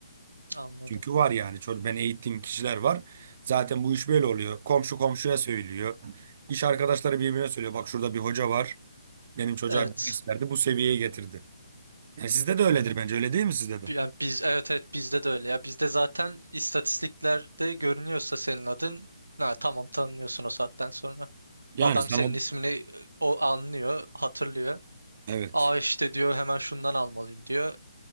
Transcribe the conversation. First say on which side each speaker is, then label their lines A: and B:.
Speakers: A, on the right; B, on the right.
A: Anladım.
B: Çünkü var yani çocuk ben eğittiğim kişiler var. Zaten bu iş böyle oluyor. Komşu komşuya söylüyor. İş arkadaşları birbirine söylüyor. Bak şurada bir hoca var. Benim çocuğa
A: Evet.
B: bir ders verdi bu seviyeye getirdi. Yani sizde de öyledir bence öyle değil mi sizde de?
A: Yani biz evet evet bizde de öyle ya. Bizde zaten istatistiklerde görünüyorsa senin adın ha, tamam tanınıyorsun o saatten sonra.
B: Yani
A: Adam
B: sana
A: senin ismini o anlıyor, hatırlıyor.
B: evet.
A: Aa işte diyor hemen şundan almalıyım diyor.